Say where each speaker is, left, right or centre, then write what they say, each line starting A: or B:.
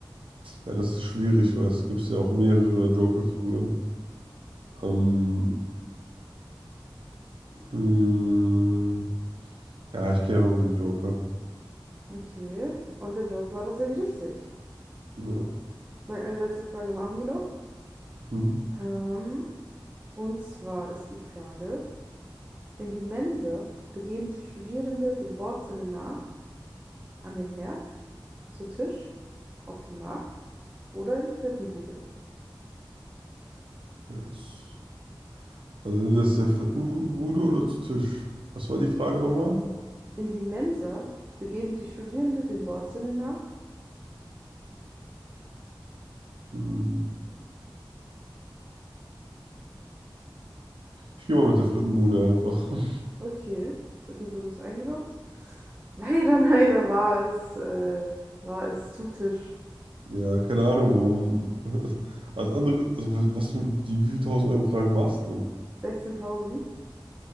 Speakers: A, on the right (about 90°); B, on the right (about 20°).
A: Ja, das ist schwierig, weil es gibt ja auch mehrere Joker-Figuren. Ähm, hm, ja, ich gehe einfach mit dem Joker.
B: Okay, und der Joker war tatsächlich richtig.
A: Ja.
B: Ich würde sagen, eine letzte Frage machen wir noch.
A: Hm,
B: Ähm, und zwar ist die Frage: In die Mensa begeben sich Studierende dem Wortsinne nach an den Herd, zu Tisch, auf den Markt oder in die Frittenbude?
A: der ist, also sind das der Frittenbude oder zu Tisch? Was war die Frage nochmal?
B: In die Mensa begeben sich Studierende dem Wortsinne nach.
A: Hm, ich gehe mal mit der Frittenbude einfach. <laughs>
B: Okay, Frittenbude ist eingeloggt. <laughs> Leider, leider war es, äh, war es zu Tisch.
A: Ja, keine Ahnung, warum. <laughs> Als andere, also was für die wie viel tausend Euro Frage war es denn?
B: 16.000.